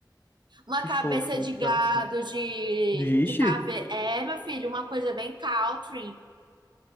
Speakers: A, on the right; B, on the left.
A: uma
B: Que
A: cabeça
B: fofo
A: de
B: de
A: gado,
B: coração.
A: de,
B: Vixe,
A: de caveira. É, meu filho, uma coisa bem country.